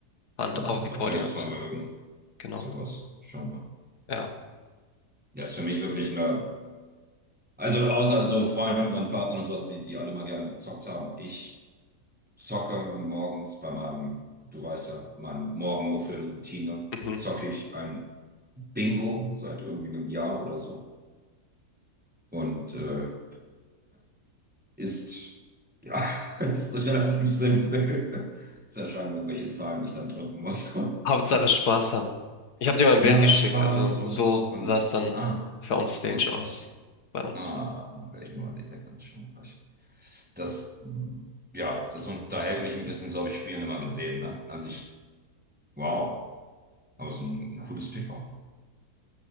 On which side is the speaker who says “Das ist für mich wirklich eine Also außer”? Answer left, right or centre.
Centre